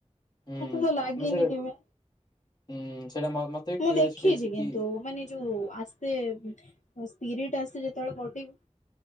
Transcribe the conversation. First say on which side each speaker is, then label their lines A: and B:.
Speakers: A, on the left; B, on the left.
A: ହୁଁ
B: ମୋତେ ତ ଲାଗିନି
A: ମୁଁ ସେଇଟା
B: କେବେ।
A: ହୁଁ ସେଇଟା ମ- ମତେ ବି
B: ମୁଁ
A: କ୍ୟୁରିସିଟି
B: ଦେଖିଚି
A: ଅଛି
B: କିନ୍ତୁ
A: କି
B: ମାନେ ଯୋଉ ଆସବେ ସ୍ପିରିଟ ଆସେ ଯେତେବେଳେ ବଡି କୁ